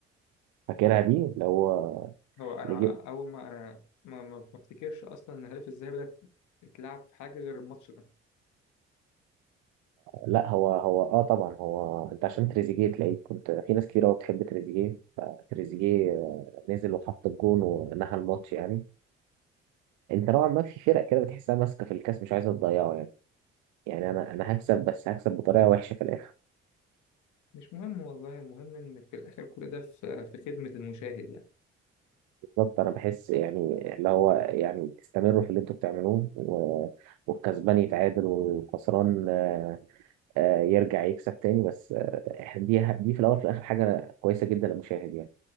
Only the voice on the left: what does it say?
هو انا
اول ما انا ما ما ما افتكرش اصلا ان الهدف الذهبي ده اتلعب في حاجه غير الماتش ده
مش مهم والله المهم ان في الاخر كل ده في في خدمه المشاهد يعني